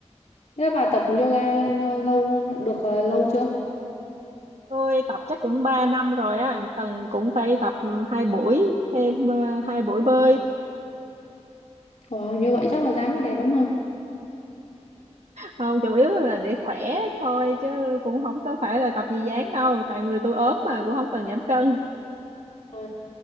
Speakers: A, on the left (about 70°); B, on the right (about 65°).
A: thế bà tập yoga ờ, lâu được ờ, lâu chưa
B: tôi tập chắc cũng 3 năm rồi á tuần cũng phải tập hai buổi thêm ờ, hai buổi bơi
A: wow như vậy chắc là dáng cũng đẹp lắm ha
B: không chủ yếu là để khỏe thôi chứ cũng không có phải là tập gì dáng đâu tại người tôi ốm mà cũng không cần giảm cân
A: à